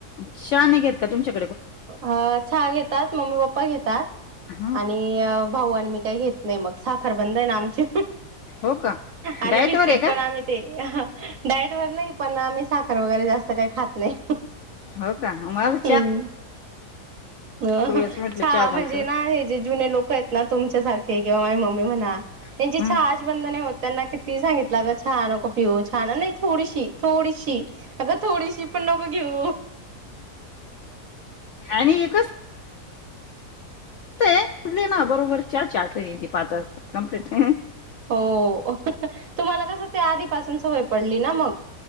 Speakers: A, on the left; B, on the right.
A: चहा नाही घेत का तुमच्या...
B: ह चहा घेतात मम्मी पप्पा घेतात..
A: ह
B: आणि भाऊ आणि मी काय घेत नाही मग साखर बंद आहे ना आमची...
A: हो का
B: आणि
A: डायट
B: बिस्किट
A: वर आहे
B: पण
A: का
B: आ ते.. डायटवर नाही पण आम्ही साखर वगैरे जास्त काही खात नाही..
A: हो का म...
B: हम् अ
A: वेळेस म्हटलं
B: चहा
A: बंद
B: म्हणजे ना हे जे जुने लोक आहेत ना तुमच्यासारखे... किंवा माझ मम्मी म्हणा त्यांची
A: करून
B: चहाच बंध होत त्यांना किती सांगितलं ग चहा नको पिऊ... छान नाही थोडीशी थोडीशी अगं थोडीशी पण... नको घेऊ
A: आणि एकच... ते त ना बरोबर चार ती पाचच कंप्लीट..
B: हो तुम्हाला कस ते आधीपासून सवय पडली ना मग...